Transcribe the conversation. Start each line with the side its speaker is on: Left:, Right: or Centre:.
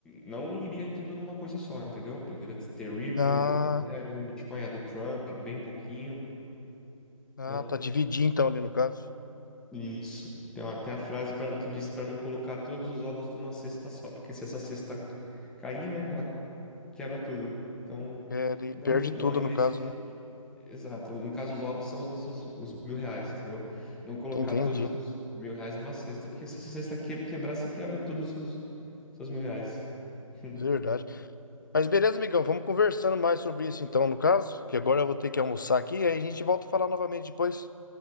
Centre: não iria tudo numa coisa só, entendeu? Poderia ter Ripple,
Left: Ah,
Centre: Ethereum, Bitcoin, a do Trump, bem pouquinho,
Left: ah,
Centre: né?
Left: tá dividir então ali no caso.
Centre: Isso. Tem até a frase pra, que diz para não colocar todos os ovos numa cesta só, porque se essa cesta cair, né, ela quebra tudo. Então,
Left: É, ele
Centre: não,
Left: perde tudo
Centre: não investir.
Left: no caso, né?
Centre: Exato. No caso, os ovos são os nossos os mil reais, entendeu? Não
Left: Entendi.
Centre: colocar todos os mil reais numa cesta, porque se essa cesta que- quebrar, você quebra todos os seus, seus mil reais. <laughs>
Left: Verdade. Mas beleza, amigão, vamos conversando mais sobre isso então, no caso, que agora eu vou ter que almoçar aqui, aí a gente volta a falar novamente depois.